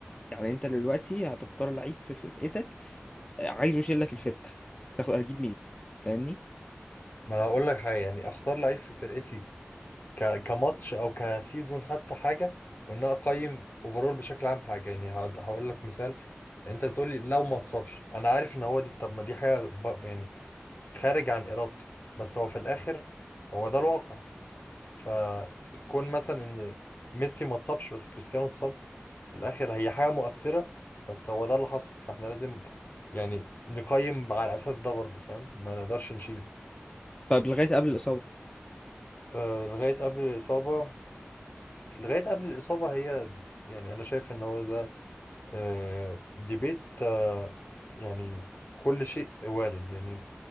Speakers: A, on the left (about 25°); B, on the left (about 50°).
A: يعني انت دلوقتي هتختار لعيب في فرقتك آه، عايزه يشيل لك الفرقة تاخد هتجيب مين فاهمني
B: ما انا هقول لك حاجة يعني اختار لعيب في فرقتي ك... كماتش او كسيزون حتى حاجة وان انا اقيم اوفرول بشكل عام حاجة يعني هقد- هقول لك مثال يعني انت بتقولي لو ما اتصابش انا عارف ان هو دي طب ما دي حاجة ب... يعني خارج عن ارادته بس هو في الاخر هو ده الواقع فكون مثلا ان ميسي ما اتصابش بس كريستيانو اتصاب في الاخر هي حاجه مؤثره بس هو ده اللي حصل فاحنا لازم يعني نقيم على الاساس ده برضه فاهم ما نقدرش نشيل
A: طيب لغاية قبل
B: آه لغايه قبل الاصابه لغايه قبل الاصابه هي يعني انا شايف ان هو ده آه ديبيت آه يعني كل شيء وارد يعني